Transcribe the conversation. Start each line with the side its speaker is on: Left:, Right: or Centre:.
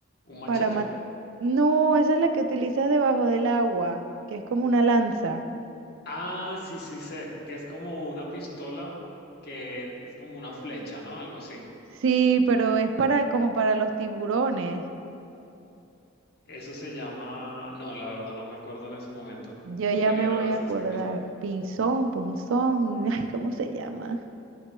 Left: Un machete.
Right: para matar... No, esa es la que utilizas debajo del agua, que es como una lanza.
Left: Ah, sí, sí sé, que es como una pistola que es como una flecha, ¿no? Algo así.
Right: Sí, pero es para como para los tiburones.
Left: Eso se llama, no, la verdad no me acuerdo en ese momento,
Right: Yo ya
Left: pero
Right: me voy a
Left: sí
Right: acordar.
Left: sé que
Right: Pinzón, punzón, <laughs> ay, ¿cómo se llama?